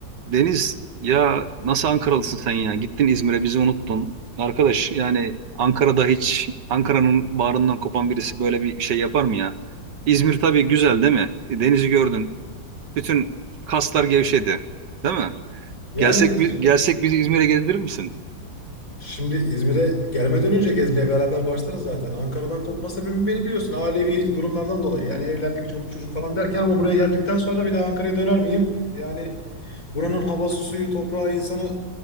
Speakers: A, on the right (about 70°); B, on the left (about 45°).
A: Deniz ya nasıl Ankaralısın sen ya? Gittin İzmir'e bizi unuttun. Arkadaş yani Ankara'da hiç Ankara'nın bağrından kopan birisi böyle bir şey yapar mı ya? İzmir tabii güzel değil mi? E, Denizi gördün. Bütün kaslar gevşedi. Değil mi?
B: Yani
A: Gelsek bi-
B: işte
A: gelsek bizi İzmir'e gezdirir misin?
B: şimdi İzmir'e gelmeden önce gezmeye beraber başlarız zaten. Ankara'dan kopma sebebim beni biliyorsun. Ailevi durumlardan dolayı. Yani evlendik, çoluk çocuk falan derken ama buraya geldikten sonra bir daha Ankara'ya döner miyim? Yani buranın havası, suyu, toprağı, insanı